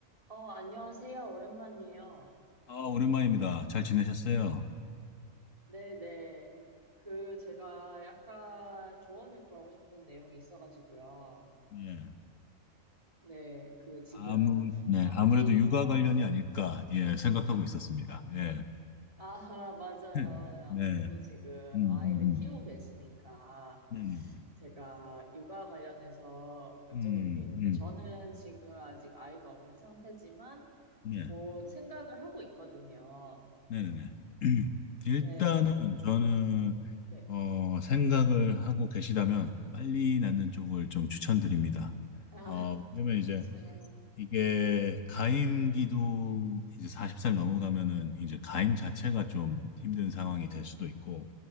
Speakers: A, on the right; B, on the left.
A: 어, 안녕하세요. 오랜만이에요.
B: 아, 오랜만입니다. 잘 지내셨어요?
A: 네네. 그, 제가 약간 조언을 구하고 싶은 내용이 있어가지고요.
B: 예.
A: 네, 그, 지금,
B: 아무, 네,
A: 아이,
B: 아무래도 육아 관련이 아닐까, 예, 생각하고 있었습니다. 예.
A: 아, <laughs> 맞아요.
B: <laughs> 네.
A: 아무래도 지금
B: 음, 음,
A: 아이를
B: 음.
A: 키우고 계시니까,
B: 네네네.
A: 제가 육아 관련해서 여쭤볼
B: 음,
A: 게 있는데,
B: 음,
A: 저는 지금 아직 아이가 없는 상태지만,
B: 네.
A: 곧 생각을 하고 있거든요.
B: 네네네. <clears throat> 일단은
A: 네.
B: 저는,
A: 그, 네.
B: 어, 생각을 하고 계시다면 빨리 낳는 쪽을 좀 추천드립니다.
A: 아,
B: 어, 왜냐면 이제
A: 그쵸.
B: 이게 가임기도 이제 40살 넘어가면은 이제 가임 자체가 좀 힘든 상황이 될 수도 있고,